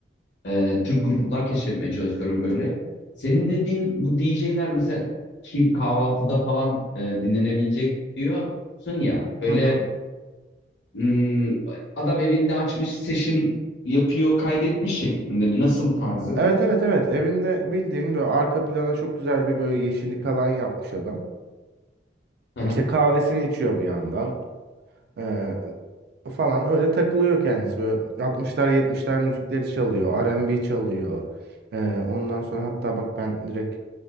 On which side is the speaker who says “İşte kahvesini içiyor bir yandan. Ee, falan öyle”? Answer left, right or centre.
Right